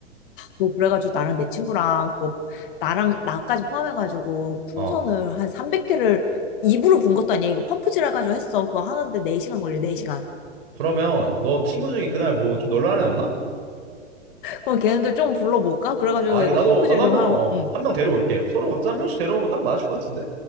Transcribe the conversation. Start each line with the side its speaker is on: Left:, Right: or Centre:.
Left: 그 그래가지고 나랑 내 친구랑, 그, 나랑, 나까지 포함해가지고 풍선을
Right: 어.
Left: 한 300개를 입으로 분 것도 아니야. 이거 펌프질 해가지고 했어. 그거 하는데 4시간 걸려, 4시간.
Right: 그러면 너 친구 중에 그날 뭐 좀 놀라는 애 없나?
Left: 그럼 걔네들 좀 불러볼까? 그래가지고
Right: 아,
Left: 이거
Right: 이게 나도,
Left: 펌프질
Right: 나도
Left: 좀
Right: 한 명,
Left: 하고.
Right: 어,
Left: 응.
Right: 한 명 데려올게. 서로 각자 한 명씩 데려오면 딱 맞을 것 같은데?